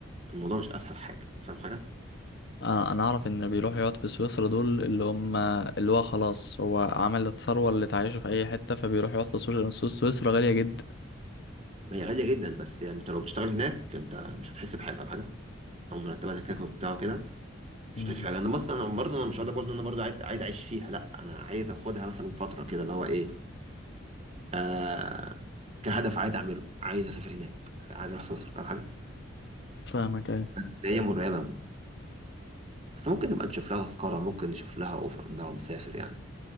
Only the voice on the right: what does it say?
الموضوع مش أسهل حاجة فاهم حاجة؟
ما هي غالية جدا بس يعني انت لو بتشتغل هناك انت مش هتحس بحاجة فاهم حاجة؟ او مرتبات هناك وبتاع كده مش
عايز حاجه انا بص انا برضه انا مش هقول لك برضه ان انا برضه عايز عايز اعيش فيها لا انا عايز اخدها مثلا فتره كده اللي هو ايه آه كهدف عايز اعمله عايز اسافر هناك عايز اروح سويسرا فاهم حاجه
بس هي مرعبه بس ممكن نبقى نشوف لها تذكره ممكن نشوف لها اوفر انها ونسافر يعني